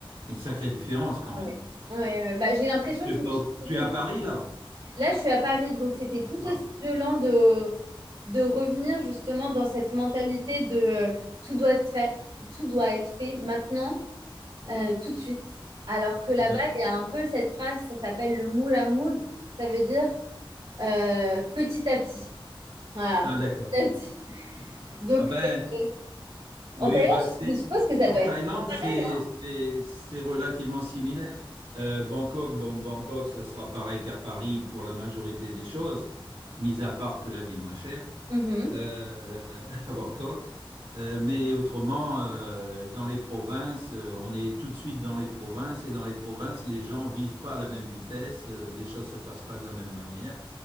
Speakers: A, on the right; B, on the right.
A: une sacrée différence quand
B: Ah
A: même.
B: ouais. Ouais, ouais. Bah, j'ai l'impression
A: Tu
B: que
A: es
B: je
A: pas
B: me suis
A: au-
B: reconnue
A: tu es à Paris là?
B: Là, je suis à Paris, donc c'était tout
A: Ah,
B: aussi violent de, de revenir justement dans cette mentalité de euh, tout doit être fait, tout doit être fait maintenant, euh, tout de suite. Alors que là-bas,
A: oui.
B: il y a un peu cette phrase, ça s'appelle le moule à moule, ça veut dire euh, petit à petit. Voilà,
A: Ah, d'accord.
B: petit à petit. Donc,
A: Ah ben,
B: euh,
A: Oui,
B: en Thaïlande,
A: bah, c'est,
B: je suppose que ça
A: en
B: doit
A: Thaïlande,
B: être pareil.
A: c'est c'est- c'est relativement similaire. Euh, Bangkok, bon, Bangkok, ce sera pareil qu'à Paris pour la majorité des choses, mis à part que la vie est moins chère
B: hein. Mhm,
A: euh, <laughs> à Bangkok. Euh, mais autrement, euh, dans les provinces, euh, on est tout de suite dans les provinces et dans les provinces, les gens vivent pas à la même vitesse, euh, les choses se passent pas de la même manière.